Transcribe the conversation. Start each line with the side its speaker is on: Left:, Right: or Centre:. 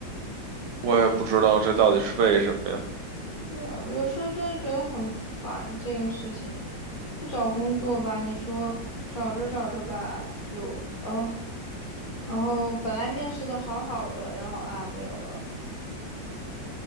Right: <laughs> 我也不知道这到底是为什么呀。
Left: 对啊，有时候真的觉得很烦这个事情。就找工作吧，你说找着找着吧，就呃，然后本来面试的好好的，然后啊没有了，